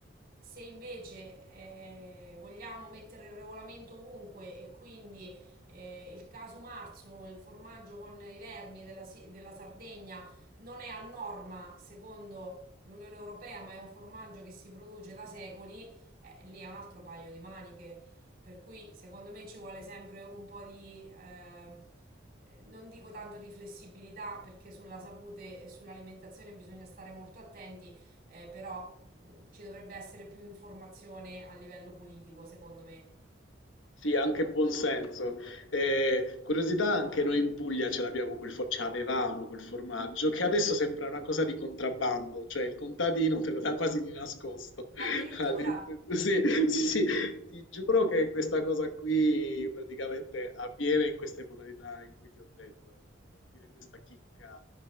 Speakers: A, on the right; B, on the left.
A: Se invece eh, vogliamo mettere il regolamento ovunque e quindi eh, il caso marzo, il formaggio con i vermi della, Si- della Sardegna non è a norma secondo l'Unione Europea, ma è un formaggio che si produce da secoli, eh, lì è un altro paio di maniche. Per cui secondo me ci vuole sempre un po' di, ehm, eh, non dico tanto di flessibilità, perché sulla salute e sull'alimentazione bisogna stare molto attenti, eh, però mh, ci dovrebbe essere più informazione a livello politico, secondo me.
B: Sì, anche buon senso. Eh, curiosità, anche noi in Puglia ce l'abbiamo quel for- ce l'avevamo quel formaggio, che adesso sembra una cosa di contrabbando, cioè il contadino te lo dà quasi di nascosto. <laughs>
A: Addirittura,
B: All'inter- Sì, sì, sì, ti giuro che questa cosa qui praticamente avviene in queste modalità in cui ti ho detto. eh. Ti volevo dire questa chicca,